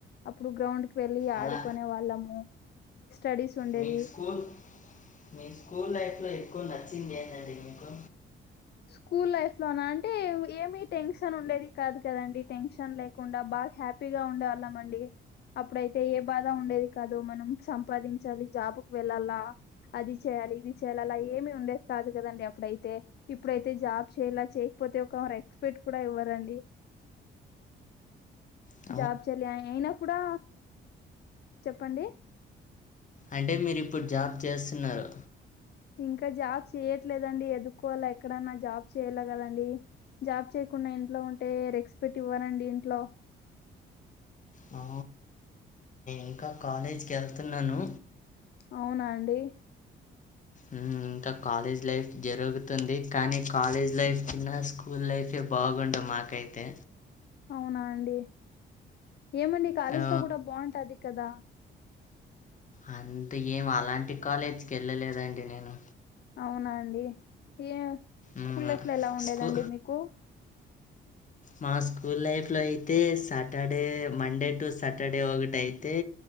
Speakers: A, on the left; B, on the left.
A: అప్పుడు గ్రౌండ్ కి వెళ్ళి
B: అలా
A: ఆడుకునే వాళ్ళము స్టడీస్ ఉండేది
B: మీకు స్కూల్ మీ స్కూల్ లైఫ్లో ఎక్కువ నచ్చింది ఏంటండి మీకు
A: స్కూల్ లైఫ్ లోన అంటే ఏమి టెన్షన్ ఉండేది కాదు కదండి టెన్షన్ లేకుండా బాగా హ్యాపీ పిగా ఉండేవాళ్ళమండి అప్పుడైతే ఏ బాధ ఉండేది కాదు మనం సంపాదించాలి జాబ్ుకి వెళ్ళాలా అది చేయ్యాలి ఇది చెయ్యాలి అలా ఏమి ఉండేది కాదు కదండి అప్పుడైతే ఇప్పుడైతే జాబ్ చేయలా చేయకపోతే ఒక ఎక్స్పెక్ట్ కూడా ఇవ్వరండి
B: ఒ
A: జాబ్ చెయాలి అయినా కూడా చెప్పండి
B: అంటే మీరు ఇప్పుడు జాబ్ చేస్తున్నారు
A: ఇంకా జాబ్ చేయట్లేదండి ఎదుకోవాల ఎక్కడన్నా జాబ్ చేయ్యాల కదండి జాబ్ చేయకుండా ఇంట్లో ఉంటే రెక్స్పెక్ట్ ఇవ్వారండి ఇంట్లో
B: ఆ ఇంకా కాలేజ్కి వెళ్తున్నాను
A: అవునా అండి
B: మ్ ఇంకా కాలేజ్ లైఫ్ జరుగ్ తుంది కానీ కాలేజ్ లైఫ్ కన్నా స్కూల్ లైఫే బాగుండు మాకైతే
A: అవునా అండి ఏమండి కాలేజ్
B: ఆ
A: లో కూడా బాగుంటాది కదా
B: అంత ఏం అలాంటి కాలేజీకి వెళ్ళలేదండి నేను
A: అవునా అండి ఏ స్కూల్
B: మ్మ్
A: లైఫ్ లో ఎలా ఉండేదండి
B: స్కూ
A: మీకు
B: మా స్కూల్ లైఫ్లో అయితే సాటర్డే మండే టు సాటర్డే ఒకటిైతే